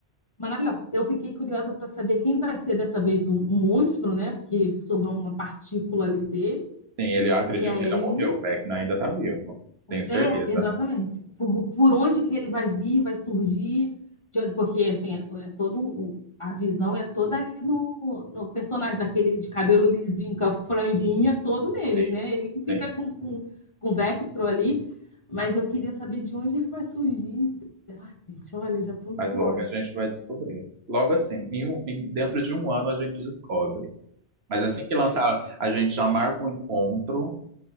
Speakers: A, on the left (about 30°); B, on the right (about 60°).
A: Maravilhosa. Eu fiquei curiosa para saber quem vai ser dessa vez um, um monstro, né? Porque sobrou uma partícula ali dele.
B: Sim, ele, eu acredito
A: E aí
B: que ele não morreu, o Vecna ainda está vivo. Tenho certeza.
A: É, exatamente. Por, por onde que ele vai vir, vai surgir, de- porque assim, é é todo o- a visão é toda ali no, no personagem daquele de cabelo lisinho, com a franjinha, todo nele,
B: Sim,
A: né? Ele que fica
B: sim.
A: com, com, com o Vectro ali, mas eu queria saber de onde ele vai surgir. Ai, gente, olha, já tô ansiosa.
B: Mas logo a gente vai descobrir. Logo assim, em um- em- dentro de um ano a gente descobre. Mas assim que lançar, a gente já marca um encontro